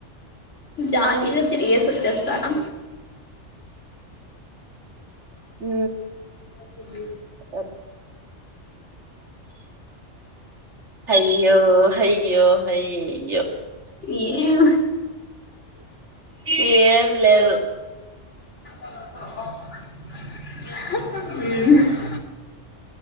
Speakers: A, on the left (about 75°); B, on the right (about 75°).
A: జాలీగా తిరిగేసి వచ్చేస్తారా
B: ఉ
A: పప్పది
B: అ హయ్యో హయ్యో హయ్యయ్యో
A: ఏమో
B: ఏం లేదు
A: ఉ